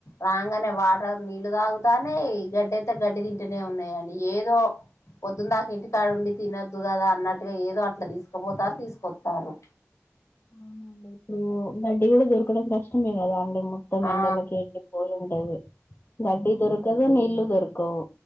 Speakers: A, on the left; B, on the left.
A: రాగానే వాటర్ నీళ్ళు తాగుతానే గడ్డి అయితే గడ్డి తింటూనే ఉన్నాయంండి ఏదో పొద్దున్న దాక ఇంటికాడుండి తినొద్దు కదా అన్నట్టుగా ఏదో అట్లా తీసుకుపోతారు తీసుకొస్తారు
B: అవునండి ఇప్పుడు గడ్డి కూడా దొరకడం కష్టమే కదా అండి మొత్తం ఎండలకి
A: ఆ
B: వెళ్ండి పోలి ఉండేది గడ్డి దొరకదా నీళ్లు దొరకవు